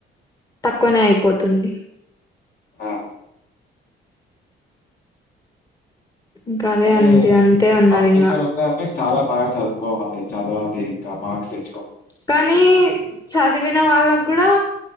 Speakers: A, on the left; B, on the left.
A: తక్కువనే అయిపోతుంది
B: ఆ!
A: ఇంకా అదే
B: బ కనీ
A: అంది అంతే ఉన్నది
B: కాంపిటీషన్
A: ఇంగ
B: ఉంది అంటే చాలా బాగా చదువుకోవాలి, చదవాలి కా మార్క్స్ ఎ
A: కనీ చదివిన వాళ్ళగ్గుడా